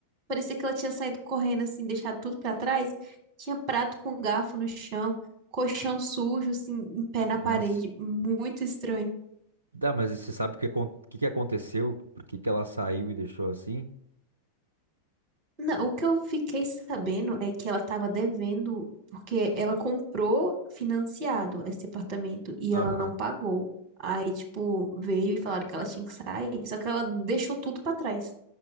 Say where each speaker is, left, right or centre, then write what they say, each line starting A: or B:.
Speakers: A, on the right; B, on the right.
A: Parecia que ela tinha saído correndo, assim, deixado tudo pra trás. Tinha prato com garfo no chão, colchão sujo, assim, em pé na parede.
B: Nossa.
A: Muito estranho.
B: Dá, mas você sabe o que, acon- o que que aconteceu? Por que que ela saiu e deixou assim?
A: Não, o que eu fiquei sabendo é que ela estava devendo, porque ela comprou financiado esse apartamento e
B: Aham.
A: ela não pagou. Aí, tipo, veio e falaram que ela tinha que sair, só que ela deixou tudo pra trás.